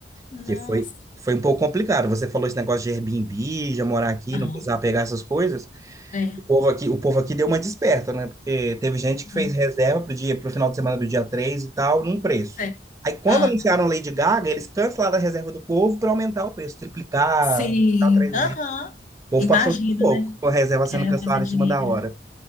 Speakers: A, on the left; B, on the right.
A: Nossa.
B: Porque foi, foi um pouco complicado. Você falou esse negócio de Airbnb, já morar aqui,
A: Aham.
B: não precisar pegar essas coisas.
A: Sei.
B: O povo aqui, o povo aqui deu uma desperta, né? Porque teve gente que fez
A: Hum,
B: reserva pro dia, pro final de semana do dia 3 e tal, num preço.
A: sei.
B: Aí quando
A: Ah,
B: anunciaram Lady Gaga, eles cancelaram a reserva do povo para aumentar o preço, triplicar,
A: sim.
B: ficar três
A: Aham.
B: vezes. O povo
A: Imagino,
B: passou um pouco,
A: né?
B: com a reserva
A: Querendo
B: sendo cancelada
A: fazer dinheiro.
B: em cima da hora.